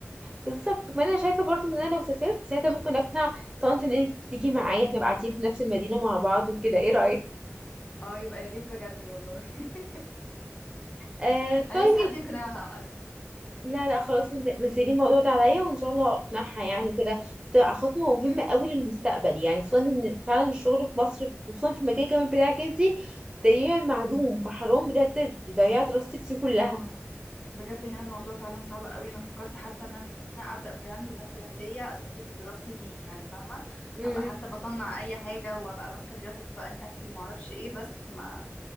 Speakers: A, on the right (about 20°); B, on the left (about 30°).
A: بالظبط ما انا شايفه برضو ان انا لو سافرت ساعتها ممكن اقنع طنط ان انت تيجي معايا احنا نبقى قاعدين في نفس المدينه مع بعض وكده ايه رايك
B: اه يبقى يا ريت بجد والله <laughs>
A: آه طيب
B: انا نفسي حد يقنعها اصلا
A: لا لا خلاص انت سيبي الموضوع ده عليا وان شاء الله اقنعها يعني وكده بس تبقى خطوه مهمه قوي للمستقبل يعني خصوصا ان فعلا الشغل في مصر خصوصا في المجال كمان بتاعك انت تقريبا معدوم فحرام بجد ضيعت دراستك دي كلها
B: اه بجد هنا الموضوع فعلا صعب قوي انا فكرت حتى ان انا ابدا براند مثلا ليا استفيد بدراستي فيه يعني فاهمه
A: امم
B: ابقى حتى بصنع اي حاجه وابقى ماسكه الجرافيكس بقى لنفسي وما اعرفش ايه بس ما